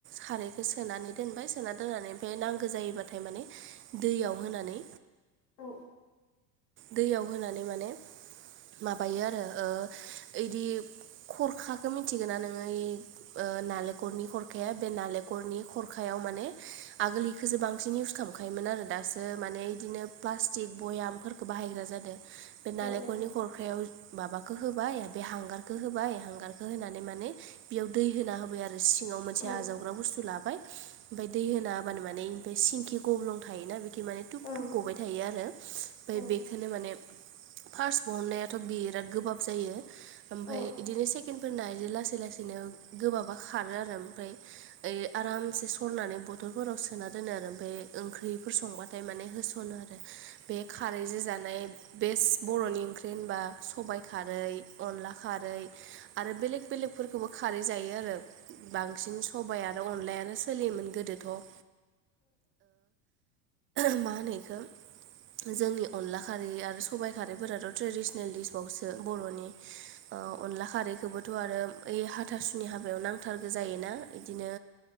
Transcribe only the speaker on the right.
खारैखो सोनानै दोनबाय सोना दोननानै ओमफाय नांगो जायोबाथाय माने दैयाव होनानै
दैयाव होनानै माने माबायो आरो ओ ओइदि खरखाखो मिथिगोना नोङो ओ नालेखरनि खरखाया बे नालेखरनि खरखायाव माने आगोल इखोसो बांसिन इउस खामखायोमोन आरो दासो माने इदिनो प्लास्टिक बयाम फोर बाहायग्रा जादों बे नालेखलनि
खरखायाव माबाखो होबाय बे हांगारखो होबाय गारखो होनानै माने बेयाव दै होना होबाय आरो सिङाव मोनसे
आजावग्रा बुस्थु लाबाय ओमफाय दै होना होबानो माने ओमफाय सिंखि गब्लं थायोना बिथिमाने
तुप तुप गबाय थायो आरो फाय
बेखोनो माने फार्स बहननायाथ' बिराद गोबाब जायो ओमफाय
इदिनो सेकेनफोर नाय बि लासै लासै लासैनो गोबाबा खारो आरो ओमफाय ओइ आरामसे सरनानै बथलफोराव सोना दोनो आरो ओमफाय ओंख्रिफोर संबाथाय माने होसनो आरो बे खारैजो जानाय बेस्ट बर'नि ओंख्रि होनबा सबाइ खारै अनला खारै आरो बेलेग बेलेगफोरखौबो खारै जायो आरो बांसिन सबाइ आरो अनलाया नो सोलियोमोन गोदोथ' ओ <unintelligible> मा होनो इखो जोंनि अनला खारै आरो सबाइ खारिफोराथ' ट्रेडिसनेल दिस बावसो बर'नि ओ अनला खारैखोबोथ' आरो ओइ हाथासुनि हाबायाव नांथारगो जायोना इदिनो